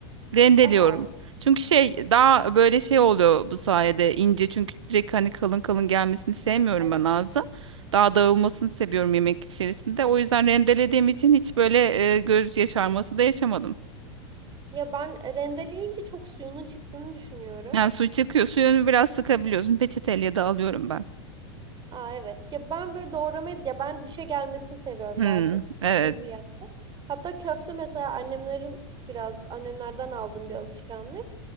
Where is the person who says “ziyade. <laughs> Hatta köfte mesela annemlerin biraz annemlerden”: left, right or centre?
Right